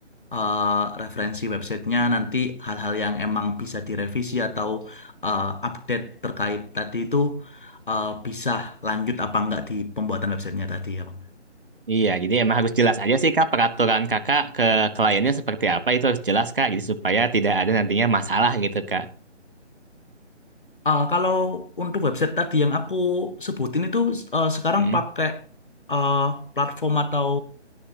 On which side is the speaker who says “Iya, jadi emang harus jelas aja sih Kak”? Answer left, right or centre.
Right